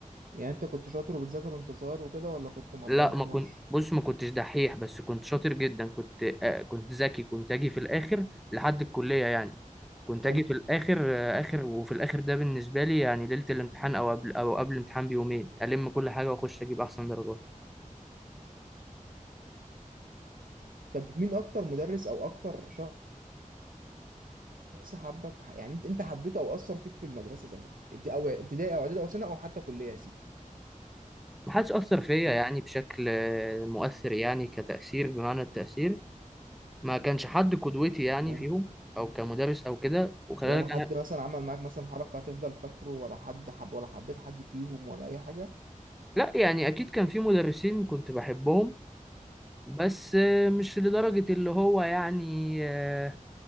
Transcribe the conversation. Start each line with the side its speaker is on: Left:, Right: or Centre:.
Right: يعني انت كنت شاطر وبتذاكر وانت صغير وكده ولا كنت مقضيها
Centre: لا
Right: طناش
Centre: ما كنت بص ما كنتش دحيح بس كنت شاطر جدا كنت آه كنت ذكي كنت اجي في الاخر لحد الكلية يعني كنت
Right: حلو
Centre: اجي في الاخر آه اخر وفي الاخر ده بالنسبة لي يعني ليلة الامتحان او قبل او قبل الامتحان بيومين الم كل حاجة واخش اجيب احسن درجات
Right: طب مين اكتر مدرس او اكتر شخص حبك يعني انت انت حبيته او اثر فيك في المدرسه زمان ابت- او ابتدائي او اعدادي او ثانوي او حتى كليه يا سيدي
Centre: ما حدش اثر فيا
Right: ها
Centre: يعني بشكل آه، مؤثر يعني كتأثير بمعنى التأثير ما كانش حد قدوتي يعني
Right: يعني
Centre: فيهم او كمدرس او كده وخلي
Right: ولا
Centre: بالك
Right: حد
Centre: انا
Right: مثلا عمل معاك مثلا حركه هتفضل فاكره ولا حد حب ولا حبيت حد فيهم ولا اي حاجه
Centre: لا يعني اكيد كان في مدرسين كنت بحبهم بس مش لدرجة اللي هو يعني آه،